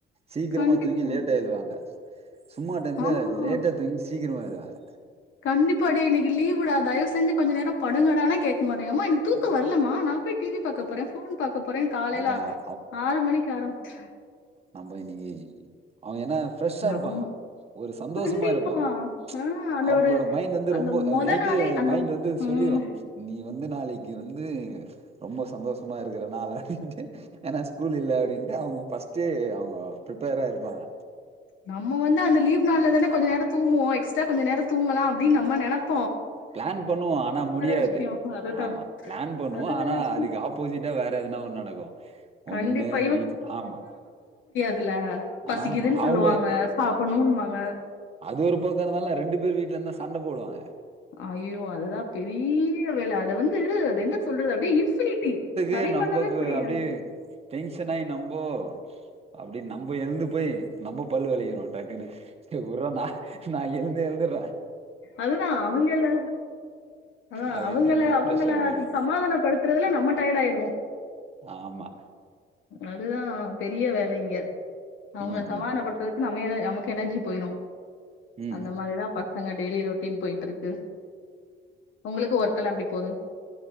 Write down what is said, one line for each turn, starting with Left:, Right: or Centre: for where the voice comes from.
Right: சீக்கிரமா
Left: கண்டிப்பா
Right: தூங்கி லேட்டா எழுவாங்க சும்மா டைம்ல
Left: ஆமா
Right: லேட்டா தூங்கி சீக்கிரமா எழுவாங்க
Left: கண்டிப்பா டே இன்னக்கி லீவ் டா தயவு செஞ்சு கொஞ்ச நேர படுங்கடான கேக் மாட்டேயிங் எனக்கு தூக்க
Right: ஆமா
Left: வரலமா நா போய் டி வி பாக்க போற ஃபோன் பாக்க போறே காலைல
Right: அது அ-
Left: ஆறு மணிக்கு ஆரம்பிச்
Right: நம்ப இன்னக்கி அவுங்க என்ன ஃப்ரெஷா
Left: நம்ம
Right: இருப்பாங்க ஒரு சந்தோஷமா
Left: கண்டிப்பா
Right: இருப்பாங்க
Left: ஆஹ் அந்த
Right: அவுங்களோட
Left: ஒரு
Right: மைண்டு வந்து
Left: அந்த
Right: ரொம்ப அ
Left: முத
Right: நைட்டே
Left: நாளே அந்த
Right: மைண்டு வந்து
Left: உம்
Right: சொல்லிடு நீ வந்து நாளக்கி வந்து ரொம்ப சந்தோஷமா இருக்றநால ஏன்னா ஸ்கூல் இல்ல அப்படின்ட்டு அவுங்க ஃபர்ஸ்ட்டே அவுங்க பிரிப்பேரா இருப்பாங்க
Left: நம்ம வந்து அந்த லீவ் நால தான கொஞ்சநேர தூங்குவோ எக்ஸ்ட்ரா கொஞ்ச நேர தூங்கல அப்டின் நம்ம நெனப்
Right: பிளான் பண்ணுவோ ஆனா முடியாது
Left: விஷயம் அதுதான்
Right: ஆமா பிளான் பண்ணுவோ
Left: அது
Right: ஆனா
Left: வேற விஷயம்
Right: அதுக்கு ஆப்போசிட்டா வேற எதுனா ஒண்ணு நடக்கு
Left: கண்டிப்பா
Right: ஒண்ணு வீட்டு ஆமா
Left: இதுல பசிக்குதுனு
Right: ஆமா
Left: சொல்வாங்க
Right: அவங்க
Left: சாப்புண்ணுனு
Right: ஆ
Left: வாங்க
Right: அது ஒரு பக்கோ இருந்தாலும் ரெண்டு பேர் வீட்ல இருந்தா சண்ட போடுவாங்க
Left: ஐயோ அதுதா பெரிய வேல அத வந்து அத என்ன சொல்றது அது இன்ஃபினிட்டி சரி
Right: இல்ல நம்பக்கு
Left: பண்ணவே முடியாது.
Right: அப்டே டென்ஷன் ஆயி நம்போ அப்டி நம்ப எழுந்து போய் நம்ப பல்லு வெளக்கிறோன் டக்குன ஏ உர்றா நா நா எழுந்து எழுந்தர்ற
Left: அதுதா அவுங்க எல்லாரு ஆ
Right: அப்டின்ட்டு
Left: அவுங்கள
Right: நம்ம
Left: அவுங்கள
Right: ஃப்ரெஷ் அப் ஆயிடுவோ
Left: சமாதானப்படுத்துறதுல நம்ம டயர்ட் ஆயிருவோ
Right: ஆமா
Left: அதுதா பெரிய வேல இங்க அவுங்கள
Right: ம்
Left: சமாதனப்படுத்ததுக்கு
Right: ம்
Left: நம்ம எத நமக்கு எனர்ஜி போயிறு
Right: ம்
Left: அந்த மாரிதா பசங்க டெய்லி ரொட்டின் போய்ட்டுருக்கு உங்களுக்கு ஒர்க்கெல்லா எப்டி போது